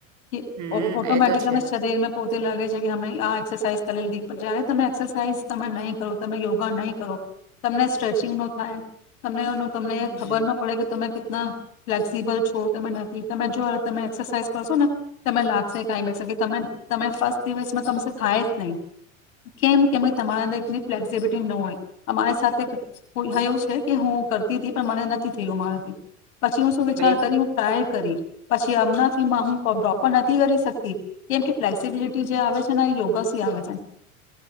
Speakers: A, on the left (about 80°); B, on the right (about 45°).
A: કે
B: હમ
A: ઓટોમેટિક
B: એ તો છે
A: શરીરમાં પોતે લાગે છે કે અમે આ એક્સરસાાઈઝ કરી લીધી પણ જ્યારે તમે એક્સરસાાઈઝ તમે નહીં કરો તમે યોગા નહીં કરો તમને સ્ટ્રેચિંગ ન થાય તમને તમને
B: હમ
A: ખબર ન પડે કે તમે ના ફ્લેક્સિબલ છો તમે નથી તમે જો તમે એક્સરસાઇઝ કરશો ને તમે લાગશે કઈ બેસે કે ત તમે ફસ્ટ દિવસમાં તો થાય નહી કેમ કે તમારા અંદર ની ફ્લેક્સિબિલિટી ન હોય અમારી સાથેું છે કે હું કરતી હતી પણ મને નથી થયું મારાથી પછી હું શું વિચાર
B: એ
A: કરી સાહેબ પછી એમના નથી કરી શક કેમ કે ફ્લેક્સબિલિટી જે આવે છે તે યોગ થી આવે